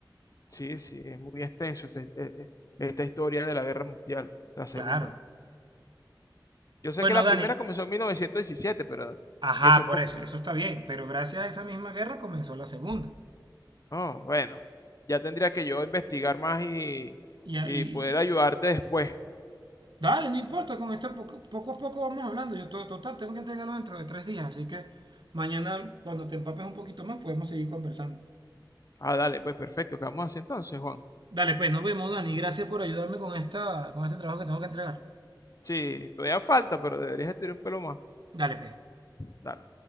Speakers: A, on the left; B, on the right.
A: Sí, sí, es muy extenso ese- eh, eh, esta historia de la Guerra Mundial, la segunda.
B: Claro.
A: Yo sé
B: Bueno,
A: que la
B: Dani,
A: primera comenzó en 1917, pero
B: Ajá,
A: que sea un
B: por
A: poco...
B: eso, eso está bien, pero gracias a esa misma guerra comenzó la segunda.
A: Oh, bueno, ya tendría que yo investigar más y,
B: Y ahí,
A: y poder ayudarte después.
B: dale, no importa, con esto poco, poco a poco vamos hablando. Yo to- total, tengo que entregarlo dentro de tres días, así que mañana cuando te empapes un poquito más podemos seguir conversando.
A: Ah, dale, pues perfecto, ¿qué vamos a hacer entonces, Juan?
B: Dale, pues, nos vemos, Dani. Gracias por ayudarme con, esta, con este trabajo que tengo que entregar.
A: Sí, todavía falta, pero deberías estudiar un pelo más.
B: Dale, pues.
A: Dale.